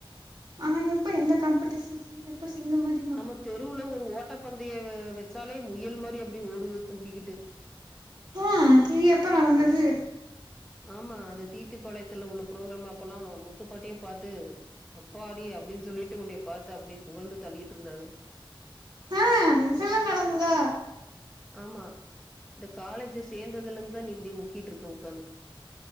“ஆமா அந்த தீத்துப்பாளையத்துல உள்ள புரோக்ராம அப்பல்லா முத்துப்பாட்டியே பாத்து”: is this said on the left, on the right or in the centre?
Centre